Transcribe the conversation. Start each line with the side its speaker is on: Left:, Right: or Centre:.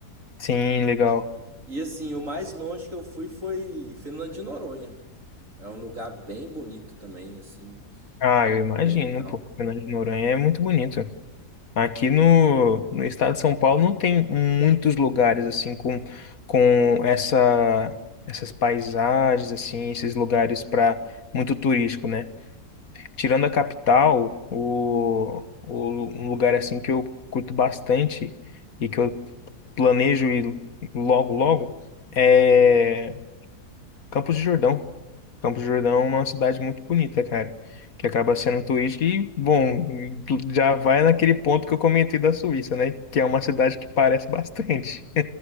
Left: sim, legal.
Right: E assim, o mais longe que eu fui foi Fernando de Noronha. É um lugar bem bonito também, assim,
Left: Ah, eu imagino,
Right: bem legal.
Left: pô, Fernando de Noronha é muito bonito. Aqui no, no estado de São Paulo não tem muitos lugares assim com, com essa, essas paisagens assim, esses lugares para muito turístico, né? Tirando a capital, o, o- um lugar assim que eu curto bastante e que eu planejo ir logo logo é Campos de Jordão. Campos de Jordão é uma cidade muito bonita, cara, que acaba sendo turística e, bom, tu já vai naquele ponto que eu comentei da Suíça, né? Que é uma cidade que parece <laughs> bastante.